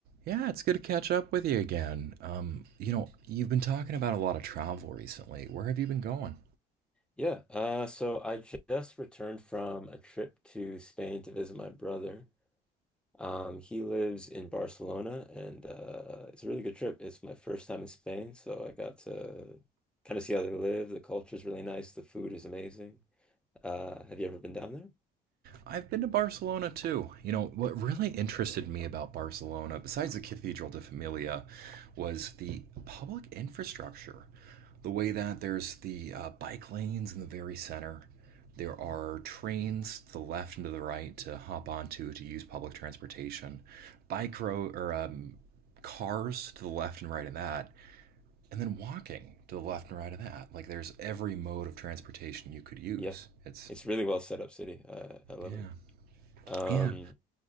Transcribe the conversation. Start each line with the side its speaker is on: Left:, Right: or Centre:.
Right: Yeah, it's good to catch up with you again. Um, you know, you've been talking about a lot of travel recently. Where have you been going?
Centre: Yeah, uh, so I ju- just returned from a trip to Spain to visit my brother. Um, he lives in Barcelona, and uh, it's a really good trip. It's my first time in Spain, so I got to kind of see how they live. The culture is really nice. The food is amazing. Uh, have you ever been down there?
Right: I've been to Barcelona too. You know, what really interested me about Barcelona, besides the Cathedral de Familia, was the public infrastructure. The way that there's the uh, bike lanes in the very center, there are trains to the left and to the right to hop onto to use public transportation, bike road or um, cars to the left and right of that, and then walking to the left and right of that. Like there's every mode of transportation you could use.
Centre: Yeah,
Right: It's
Centre: it's really well set up city. Uh, I love
Right: yeah,
Centre: it. Um,
Right: yeah.